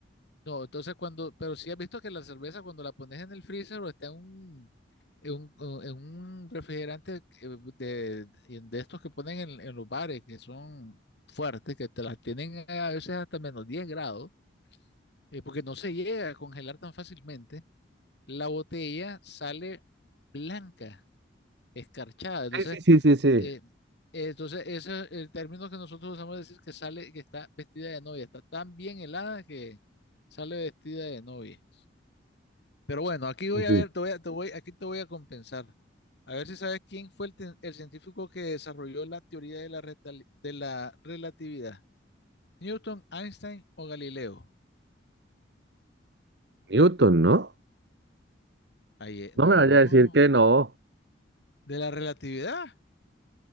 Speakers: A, on the left; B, on the right.
A: No, entonces cuando, pero sí has visto que la cerveza cuando la pones en el freezer o está en un, en un, o en un refrigerante eh, de, de estos que ponen en, en los bares, que son fuertes, que te las tienen a veces hasta menos 10 grados, eh, porque no se llega a congelar tan fácilmente, la botella sale blanca, escarchada. Entonces,
B: Sí, sí, sí, sí, sí,
A: eh, entonces ese es el término que nosotros usamos decir que sale, que está vestida de novia, está tan bien helada que sale vestida de novia. Pero bueno, aquí voy
B: sí,
A: a
B: sí.
A: ver, te voy a- te voy, aquí te voy a compensar. A ver si sabes quién fue el, ten- el científico que desarrolló la teoría de la, retali- de la relatividad. ¿Newton, Einstein o Galileo?
B: Newton, ¿no?
A: Ahí, e- no.
B: No me vaya a decir que no,
A: ¿De la relatividad?